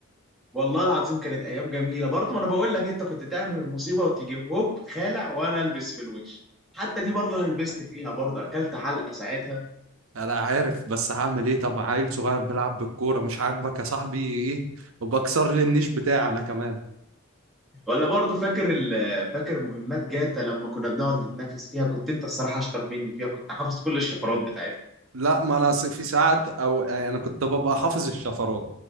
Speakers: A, in the centre; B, on the right.
A: والله العظيم كانت ايام جميله برضه ما انا بقول لك انت كنت تعمل المصيبه وتيجي هوب خالع وانا البس في الوش حتى دي برضه انا لبست فيها برضه اكلت علقه ساعتها
B: انا عارف بس هعمل ايه طب عيل صغير بيلعب بالكوره مش عاجبك يا صاحبي ايه وبكسر لي النيش بتاعي انا كمان
A: ولا برضه فاكر ال- فاكر مهمات جاتا لما كنا بنقعد نتنافس فيها كنت انت الصراحه اشطر مني فيها كنت حافظ كل الشفرات بتاعتها
B: لا ما انا س- في ساعات او يعني انا كنت ببقى حافظ الشفرات